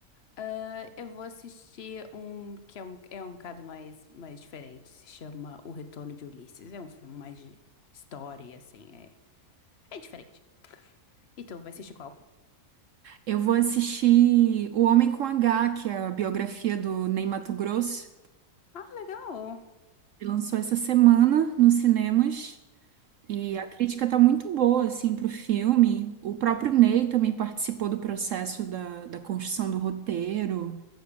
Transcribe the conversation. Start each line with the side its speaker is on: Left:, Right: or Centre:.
Left: Ah, eu vou assistir um que é um, é um bocado mais, mais diferente. Se chama O Retorno de Ulisses. É um filme mais de história, e assim, é, é diferente. E tu vai assistir qual?
Right: Eu vou assistir O Homem com H, que é a biografia do Ney Matogrosso.
Left: Ah, legal!
Right: Ele lançou essa semana nos cinemas e a crítica tá muito boa, assim, pro filme. O próprio Ney também participou do processo da, da construção do roteiro.